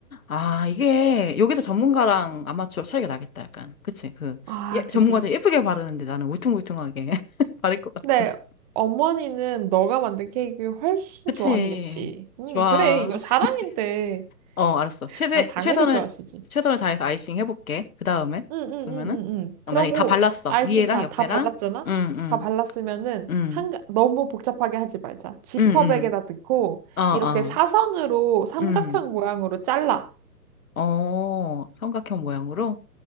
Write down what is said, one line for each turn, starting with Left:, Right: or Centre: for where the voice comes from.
Left: 아, 이게 여기서 전문가랑 아마추어 차이가 나겠다, 약간. 그치? 그,
Right: 아,
Left: 예, 전문가들
Right: 그지.
Left: 예쁘게 바르는데 나는 울퉁불퉁하게 <laughs> 바를 것 같은.
Right: 근데 어머니는 너가 만든 케이크 훨씬
Left: 그치.
Right: 좋아하시겠지. 응,
Left: 좋아하시겠지?
Right: 그래. 이거 사랑인데.
Left: 어, 알았어. 최대,
Right: 아, 당연히
Left: 최선을,
Right: 좋아하시지.
Left: 최선을 다해서 아이싱 해볼게. 그 다음에.
Right: 응, 응, 응,
Left: 그러면은,
Right: 응, 응. 그러고
Left: 어, 만약에 다 발랐어.
Right: 아이싱
Left: 위에랑
Right: 다,
Left: 옆에랑.
Right: 다 발랐잖아?
Left: 응, 응,
Right: 다 발랐으면은
Left: 응,
Right: 한, 너무 복잡하게 하지 말자. 지퍼백에다
Left: 응, 응.
Right: 넣고
Left: 어, 어,
Right: 이렇게 사선으로 삼각형
Left: 응.
Right: 모양으로 잘라.
Left: 어, 삼각형 모양으로.